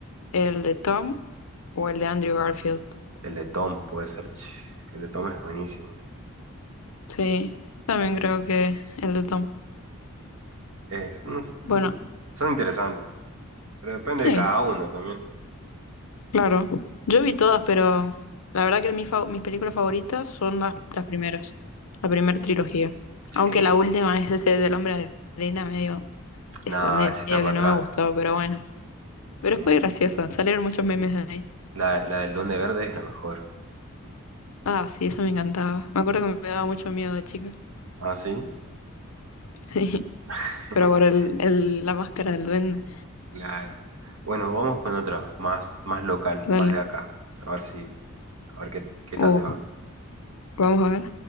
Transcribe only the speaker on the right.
El de Tom puede ser, ch, el de Tom es buenísimo.
Es,
es- no s- mm,
son interesantes, pero depende
de cada uno también.
Sí,
nada,
ese está
para atrás.
Eh,
La, la del Duende Verde es la mejor.
¿Ah, sí?
<laughs>
Claro. Bueno, vamos con otra, más, más local,
más de acá. A ver si, a ver qué, qué tal
te va.
¿Qué,